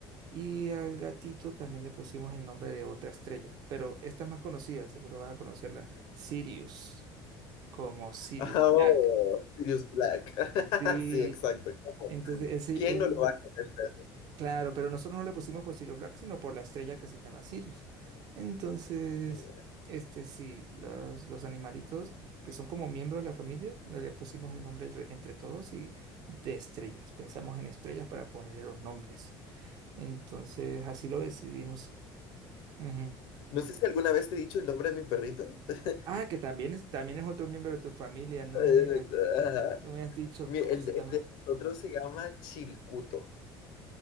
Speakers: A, on the right; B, on the left.
A: Y al gatito también le pusimos el nombre de otra estrella, pero esta es más conocida, seguro vas a conocerla, Sirius, como Sirius
B: <laughs> oh,
A: Black.
B: Sirius Black. <laughs>
A: Sí,
B: Sí, exacto. como,
A: entonces ese,
B: ¿Quién
A: él-
B: no lo va a conocer?
A: claro, pero nosotros no le pusimos por Sirius Black, sino por la estrella que se llama Sirius. Entonces,
B: Genial.
A: este sí, los, los animalitos que son como miembros de la familia, no le pusimos el nombre re- entre todos y de estrellas. Pensamos en estrellas para ponerle los nombres. Entonces, así lo decidimos. Ujú.
B: No sé si alguna vez te he dicho el nombre de mi perrito. <laughs>
A: Ah, que también es, también es otro miembro de tu familia, ¿no?
B: Eh,
A: Mira,
B: ajá.
A: no me has dicho,
B: Mi-
A: ¿cómo
B: El
A: se
B: de,
A: llama?
B: el de nosotros se llama Chiricuto.